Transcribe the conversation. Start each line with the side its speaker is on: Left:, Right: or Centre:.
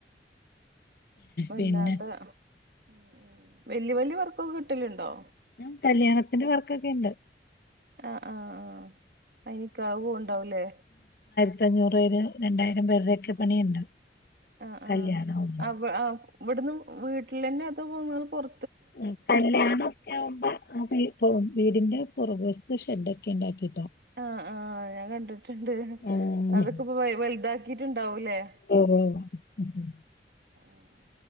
Right: വല്ലാണ്ട്
Left: പിന്നെ
Right: ഉം ഉം വല്യ വല്യ വർക്കൊക്കെ കിട്ടലുണ്ടോ?
Left: ആ കല്യാണത്തിന്റെ വർക്കൊക്കെണ്ട്.
Right: ആ ആ ആ അയ്നിക്കാ അത് പോവ്ണ്ടാവൂലേ.
Left: പത്തഞ്ഞൂറ് ഒര് രണ്ടായിരം പേര്ടെക്കെ പണിയുണ്ട്.
Right: ആ
Left: കല്യാണമാകുമ്പോ
Right: ആ അ വ ഇവട്ന്ന് വീട്ട്ലന്നെ അത് ഇങ്ങൾ പൊർ
Left: ഉം കല്യാണൊക്കെ ആവുമ്പ അതിപ്പോ വീടിന്റെ പുറക് വശത്ത് ശെഡ്ഡൊക്കെ ഉണ്ടാക്കിട്ട്
Right: ആ ആ ഞാൻ കണ്ടിട്ട്ണ്ട്.
Left: ഏഹ്
Right: അതൊക്കെ ഇപ്പൊ വലുതാക്കിട്ടുണ്ടാവൂലേ.
Left: ഓ ഓ ഉഹും
Right: ആഹ്